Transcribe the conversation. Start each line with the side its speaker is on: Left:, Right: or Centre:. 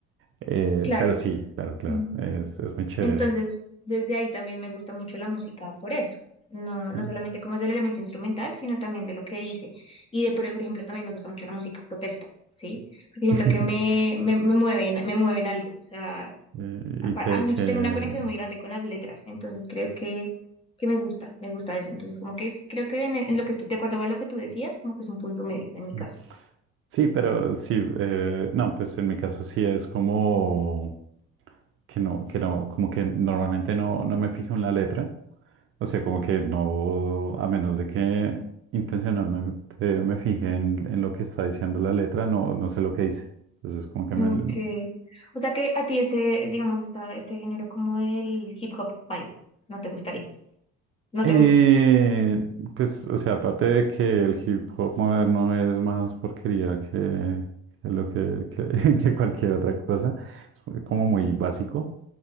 Right: Eh,
Left: claro.
Right: pero sí, claro, claro,
Left: mm,
Right: es, es muy chévere.
Left: Entonces, desde ahí también me gusta mucho la música por eso. No, no
Right: Mm.
Left: solamente como es del elemento instrumental, sino también de lo que dice. Y de, por por ejemplo, también me gusta mucho la música protesta, ¿sí? porque siento
Right: <laughs>
Left: que me, me, me mueven, me mueven algo, o sea,
Right: Eh, ¿Y
Left: pa-
Right: que,
Left: A mí yo tengo una conexión muy grande con las letras, entonces creo que, que me gusta, me gusta eso. Entonces, como que es, creo que en, en lo que tú, de acuerdo a lo que tú decías, como que es un punto medio en mi
Right: Mm.
Left: caso.
Right: Sí, pero sí, eh, no, pues en mi caso sí es como que no, que no, como que normalmente no, no me fijo en la letra. O sea, como que no, a menos de que intencionalmente me fije en, en lo que está diciendo la letra, no, no sé lo que dice. Entonces, como que
Left: Mm,
Right: me,
Left: que- o sea que a ti este, digamos, esta, este género como del hip hop baila, no te gustaría, no te
Right: Eh,
Left: gusta.
Right: pues, o sea, aparte de que el hip hop moderno es más porquería que, que lo que, que- <laughs> que cualquier otra cosa, es como muy básico,